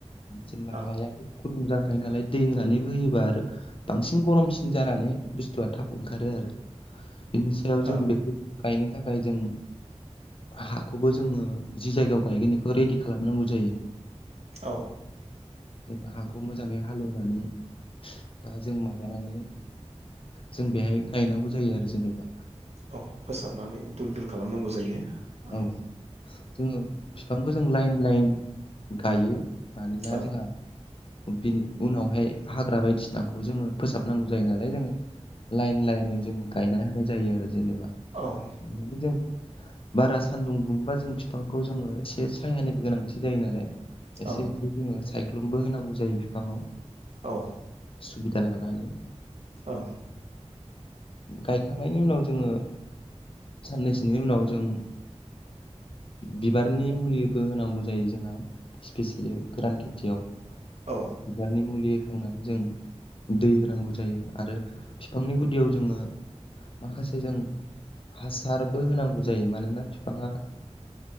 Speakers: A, on the left; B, on the right.
A: जेनेबा
B: ओं
A: हाया गुदुं जाखायो नालाय दै होनानैबो होयोबा आरो बांसिन गरमसिन जानानै बुस्थुआ थाब ओंखारो आरो बिनि सायाव जों
B: औ
A: बेखौ गायनो थाखाय जों हाखौबो जोङो जि जायगायाव गायगोन बेखौ रेडि खालामनांगौ जायो
B: औ
A: जों हाखौ मोजाङै हालेवनानै बा जों माबानानै जों बेहाय गायनांगौ जायो आरो जेनेबा
B: औ फोसाबनानै दुल दुल खालामनांगौ जायो ओं
A: औ जोङो बिफांखौ जों लाइन लाइन गायो मानोना
B: ओं
A: जोंहा बिनि उनावहाय हाग्रा बायदिसिनाखौबो जोङो फोसाबनांगौ जायो नालाय जोङो लाइन लाइन जों गायना होनाय जायो आरो जेनेबा
B: औ
A: <unintelligible> जों बारा सान्दुं दुङोबा जों बिफांखौ जोङो एसे सायहानिबो गोनांथि जायो नालाय एसे
B: ओं
A: एसे जोङो सायख्लुमबो होनांगौ जायो बिफाङाव
B: औ
A: सुबिदा लानानै
B: औ
A: गायखांनायनि उनाव जोङो साननैसोनि उनाव जों बिबारनि मुलिबो होनांगौ जायो जोंहा स्पेसियेलि गोरान खेथियाव
B: औ
A: बिबारनि मुलि होखांनानै जों दै होनांगौ जायो आरो बिफांनि गुदियाव जोङो माखासे जों हासारबो होनांगौ जायो मानोना बिफाङा